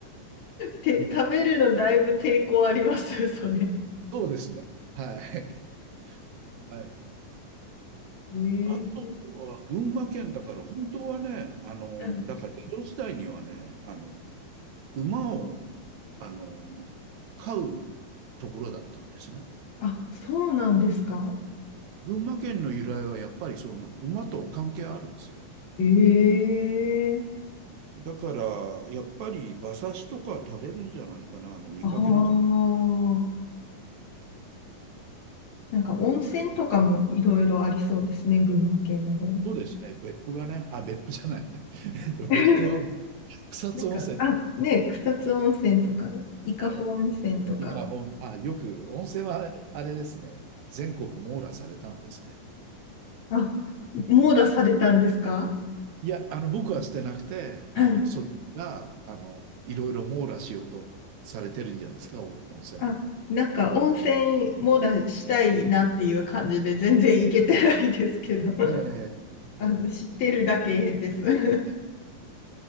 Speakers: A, on the left; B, on the right.
A: て、食べるのだいぶ抵抗あります、<laughs> それ。
B: そうですね。はい。はい。
A: ええ
B: あとは群馬県だから、本当はね、あの、
A: はい。
B: だから江戸時代にはね、あの、馬を、あの、飼うところだったんですね。
A: あ、そうなんですか。
B: 群馬県の由来はやっぱりそうなの。馬と関係あるんですよ。
A: ええ
B: だから、やっぱり馬刺しとか食べるんじゃないかな、あの、見かけなかった。
A: ああー、なんか温泉とかもいろいろありそうですね、群馬県の方。
B: そうですね。別府がね、あ、別府じゃないね。<laughs> えっと別府は
A: <laughs>
B: 草津温泉だ。
A: なんか、あ、ね、草津温泉とか、伊香保温泉とか、
B: はい。伊香保、あ、よく、温泉はあれですね、全国網羅されたんですね。
A: あ、網羅されたんですか
B: いや、あの、僕はしてなくて、
A: はい。
B: あの、そっちが、あの、いろいろ網羅しようとされてるんじゃないですか、お温泉は。
A: あ、なんか温泉もだしたいなっていう感じで全然行けてないですけど
B: え
A: <laughs> あの、
B: えええ
A: 知ってるだけです。<laughs>
B: ええ